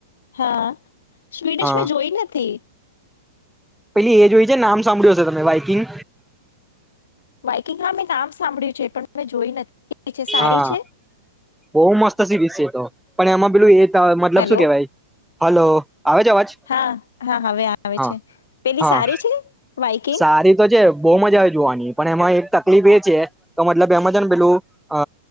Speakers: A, on the left; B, in the centre.
A: હા સ્વીડિશ
B: હા
A: મે જોઈ નથી
B: પેલી એ જોય છે, નામ સાંભળ્યું હશે તમે બાઈકિંગ
A: બાઈકિંગમાં મેમે નામ સાંભળ્યું છે, પણ મેં જોઈ નથી છે સારી
B: હા
A: છે
B: બહુ મસ્ત સી દિ તો પણ એમાં પેલું એ મતલબ
A: હેલો
B: શું કેવાય હલો આવે છે, અવાજ
A: હા હા હવે આવે
B: હા
A: છે પેલી
B: હા
A: સારી છે બાઇકિંગ
B: સારી તો છે, બહ મજા આવે જોવાની પણ એમાં તકલીફ એ છે, તો મતલબ એમાં છે, ને પેલું અ